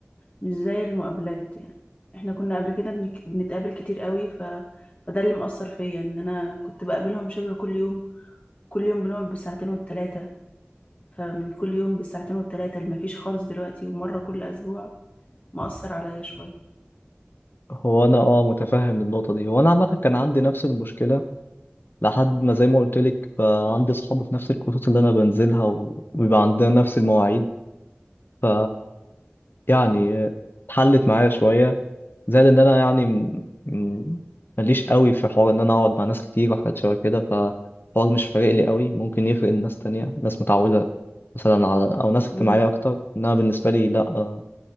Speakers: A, on the left; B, on the left.
A: مش زي المقابلات يعني احنا كنا قبل كده بنك... بنتقابل كتير قوي ف... فده اللي مأثر فيا ان انا كنت بقابلهم شبه كل يوم كل يوم بنقعد بالساعتين والتلاتة فمن كل يوم بالساعتين والتلاتة اللي مفيش خالص دلوقتي ومرة كل اسبوع مأثر عليا شوية
B: هو انا اه متفهم النقطة دي وانا عامة كان عندي نفس المشكلة لحد ما زي ما قلت لك بقى عندي اصحاب في نفس الكورسات اللي انا بنزلها و- وبيبقى عندنا نفس المواعيد ف يعني اتحلت معايا شوية زائد ان انا يعني م- م- ماليش قوي في حوار ان انا اقعد مع ناس كتير وحاجات شبه كده فالحوار مش فارق لي قوي ممكن يفرق لناس تانية ناس متعودة مثلا على او ناس اجتماعية
A: امم
B: اكتر انما بالنسبة لي لا آه،